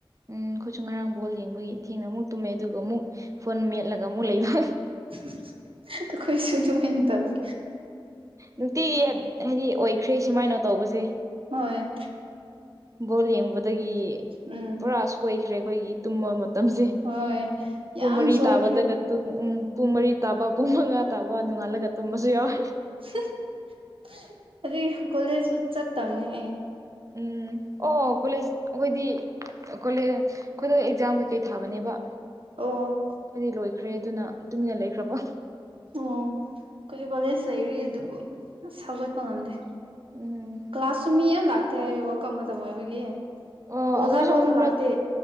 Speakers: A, on the right; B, on the right.
A: ꯎꯝ ꯑꯩꯈꯣꯏꯁꯨ ꯉꯔꯥꯡ ꯕꯣꯜ ꯌꯦꯡꯕꯒꯤ ꯊꯦꯡꯅ ꯑꯃꯨꯛ ꯇꯨꯝꯃꯦ ꯑꯗꯨꯒ ꯑꯃꯨꯛ ꯐꯣꯟ ꯃꯦꯠꯂꯒ ꯑꯃꯨꯛ ꯂꯩꯕ <unintelligible>
B: <unintelligible> ꯑꯩꯈꯣꯏꯁꯨ ꯑꯗꯨꯃꯥꯏꯅ ꯇꯧꯋꯦ
A: ꯅꯨꯡꯇꯤꯒꯤ ꯌꯠ ꯍꯥꯏꯗꯤ ꯑꯣꯏꯈ꯭ꯔꯦ ꯁꯨꯃꯥꯏꯅ ꯇꯧꯕꯁꯦ
B: ꯍꯣꯏ
A: ꯕꯣꯜ ꯌꯦꯡꯕꯗꯒꯤ
B: ꯎꯝ
A: ꯀ꯭ꯔꯥꯁ ꯁꯣꯏꯈ꯭ꯔꯦ ꯑꯩꯈꯣꯏꯒꯤ ꯇꯨꯝꯕ ꯃꯇꯝꯁꯦ
B: ꯍꯣꯏ
A: ꯄꯨꯨ ꯄꯨꯡ
B: ꯌꯥꯝ
A: ꯃꯔꯤ
B: ꯁꯣꯏꯈ꯭ꯔꯦ
A: ꯇꯥꯕꯗꯒ ꯑꯗꯨꯅꯤ ꯎꯝ ꯄꯨꯡ ꯃꯔꯤ ꯇꯥꯕ ꯄꯨꯡ ꯃꯉꯥ ꯇꯥꯕ ꯅꯣꯡꯉꯥꯜꯂꯒ ꯇꯨꯝꯕꯁꯨ ꯌꯥꯎꯋꯦ
B: <unintelligible> ꯑꯗꯨꯏ ꯀꯣꯂꯦꯖꯁꯨ ꯆꯠꯇꯕꯅꯦ ꯑꯩ
A: ꯎꯝ ꯑꯣ ꯀꯣꯂꯦꯖ ꯑꯩꯈꯣꯏꯗꯤ ꯑ ꯀꯣꯂꯦꯖ ꯑꯩꯈꯣꯏꯗꯣ ꯑꯦꯛꯖꯥꯝ ꯀꯩꯀꯩ ꯊꯥꯕꯅꯦꯕ
B: ꯑꯣ
A: <unintelligible> ꯂꯣꯏꯈ꯭ꯔꯦ ꯑꯗꯨꯅ ꯇꯨꯃꯤꯟꯅ ꯂꯩꯈ꯭ꯔꯕꯣ
B: ꯑꯣ ꯑꯩꯈꯣꯏꯁꯨ ꯀꯣꯂꯦꯖ ꯂꯩꯔꯤ ꯑꯗꯨꯕꯨ ꯑꯁ ꯍꯧꯒꯠꯄ ꯉꯝꯗꯦ
A: ꯎꯝ
B: ꯀ꯭ꯂꯥꯁꯁꯨ ꯃꯤ ꯌꯥꯝ ꯂꯥꯛꯇꯦ ꯍꯥꯏ ꯋꯥꯔꯜ ꯀꯞ ꯃꯇꯝ ꯑꯣꯏꯕꯒꯤ
A: ꯑꯣ
B: ꯑꯣꯖꯥ
A: ꯑꯩꯈꯣꯏꯁꯨ
B: ꯐꯥꯎꯁꯨ
A: ꯈꯪꯕ꯭ꯔꯥ
B: ꯂꯥꯛꯇꯦ